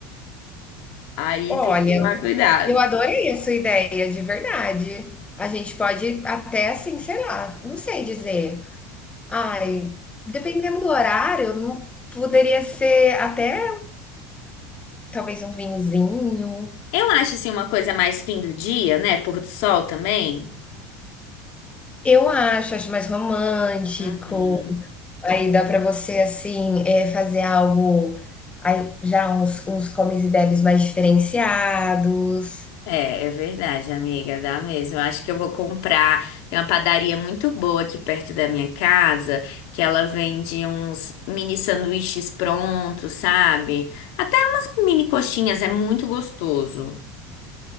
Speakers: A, on the left (about 60°); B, on the left (about 20°).
A: Aí
B: Olha,
A: tem que tomar cuidado.
B: eu adorei a sua ideia, de verdade. A gente pode até, assim, sei lá, não sei dizer. Ai, dependendo do horário, não poderia ser até talvez um vinhozinho.
A: Eu acho assim uma coisa mais fim do dia, né? Pôr do sol também.
B: Eu acho, acho mais romântico.
A: Uhum.
B: Aí dá para você, assim, eh, fazer algo aí já uns uns comes e bebes mais diferenciados.
A: É, é verdade, amiga, dá mesmo. Eu acho que eu vou comprar. Tem uma padaria muito boa aqui perto da minha casa, que ela vende uns mini sanduíches prontos, sabe? Até umas mini coxinhas, é muito gostoso.